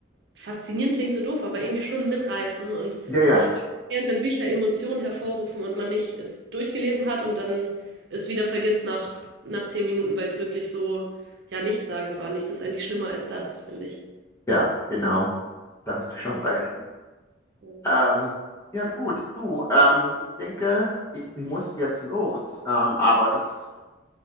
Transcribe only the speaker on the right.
faszinierend klingt so doof, aber irgendwie schon mitreißen. Und
ich während wenn Bücher Emotionen hervorrufen und man nicht es durchgelesen hat und dann es wieder vergisst nach, nach zehn Minuten, weil es wirklich so, ja, nichtssagend war. Nichts ist eigentlich schlimmer als das, finde ich.
Ja.